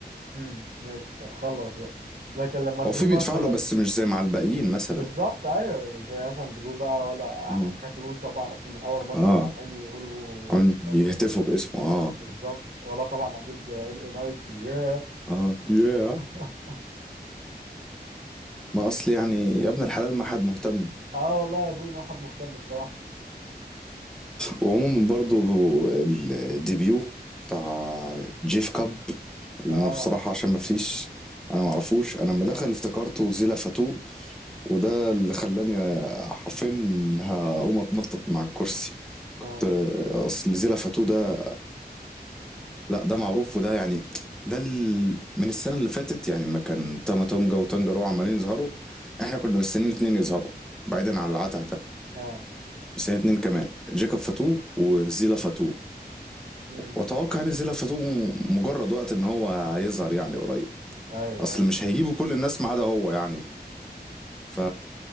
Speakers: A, on the right (about 65°); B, in the centre.
A: امم ماشي طب خلص بقى لكن لما درو
B: هو في بيدفع
A: مثلا
B: له بس مش زي مع الباقيين مثلا
A: بالظبط ايوه زي مثلا درو بقى ولا
B: اه
A: فاتو طبعا اصلا من اول ماتش
B: اه
A: هم عمالين يقولوا
B: عن-
A: فاتو
B: يهتفوا
A: فاتو
B: باسمه اه
A: بالظبط ولا طبعا اكيد ال اي نايت ياه
B: اه ياه
A: <laughs>
B: ما اصل يعني يا ابن الحلال ما حد مهتم
A: اه والله يا ابوي ما حد مهتم الصراحه
B: وعموما برضو الديبيو بتاع جيف كاب اللي
A: اه
B: انا بصراحة عشان ما فيش انا معرفوش انا لما دخل افتكرته زيلا فاتو وده اللي خلاني حرفيا هقوم اتنطط مع الكرسي كنت
A: اه
B: اصل زيلا فاتو ده لا ده معروف وده يعني ده ال- من السنة اللي فاتت يعني ما كان تاما تونجا وتانجا دول عمالين يظهروا احنا كنا مستنيين اتنين يظهروا بعيدا عن العته ده
A: اه
B: سنة اتنين كمان جيكوب فاتو وزيلا فاتو
A: امم
B: واتوقع ان زيلا فاتو مجرد وقت ان هو هيظهر يعني قريب
A: ايوه
B: اصل
A: ايوه
B: مش هيجيبوا كل الناس ما عدا هو يعني ف